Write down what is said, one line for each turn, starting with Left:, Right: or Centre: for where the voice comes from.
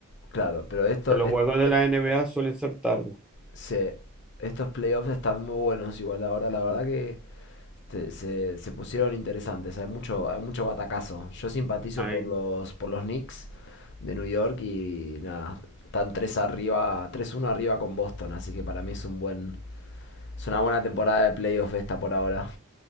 Left: claro. Pero esto,
Centre: Que los
Left: es-
Centre: juegos de
Left: es-
Centre: la NBA suelen ser tarde.
Left: se- estos playoffs están muy buenos igual ahora. La verdad que... se, se- se pusieron interesantes. Hay mucho, hay mucho batacazo. Yo simpatizo
Centre: ay.
Left: por los, por los Knicks de New York y nada, están 3 arriba, tres uno arriba con Boston, así que para mí es un buen, es una buena temporada de playoff esta por ahora.